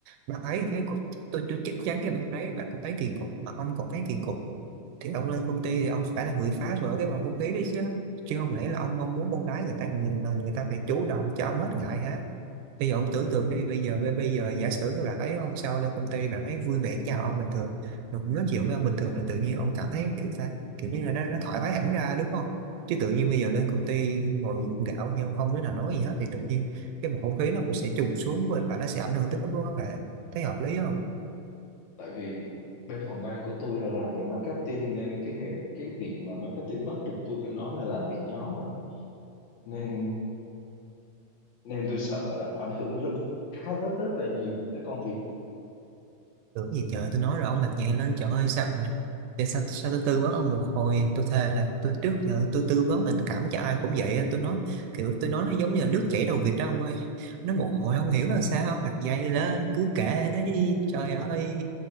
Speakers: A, on the right (about 80°); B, on the left (about 65°).
A: bạn ấy thấy cũng- tôi tôi chắc chắn cái bạn ấy bạn cũng thấy kỳ cục mà ông còn thấy kỳ cục thì ông lên công ty thì ông phải là người phá vỡ cái bầu không khí đấy chứ chứ không lẽ là ông mong muốn con gái người ta người, người ta phải chủ động cho ông hết ngại hả bây giờ ông tưởng tượng đi bây giờ bây bây giờ giả sử các bạn ấy hôm sau lên công ty bạn ấy vui vẻ chào ông bình thường rồi cũng nói chuyện với ông bình thường là tự nhiên ông cảm thấy kiểu ta kiểu như là nó, nó thoải mái hẳn ra đúng không chứ tự nhiên bây giờ lên công ty ngồi gượng gạo nhưng không đứa nào nói gì hết thì tự nhiên cái bầu không khí nó cũng sẽ trùng xuống và nó sẽ ảnh hưởng tới cái mối quan hệ thấy hợp lý không
B: tại vì bên phòng ban của tôi là làm về marketing nên cái nghề cái việc mà marketing bắt buộc tôi phải nói là làm việc nhóm rồi nên nên tôi sợ là ảnh hưởng rất khá rất rất là nhiều tới công việc
A: Tưởng gì trời tôi nói rồi ông mặt dạng lên trời ơi sao mà để sao, sao tôi tư vấn ông một hồi tôi thề là tôi trước giờ tôi tư vấn tình cảm cho ai cũng vậy á. tôi nói kiểu tôi nói nó giống như là nước chảy đầu vịt đó ông ơi nó một hồi không hiểu là sao mặt dày lên cứ kệ đấy trời ơi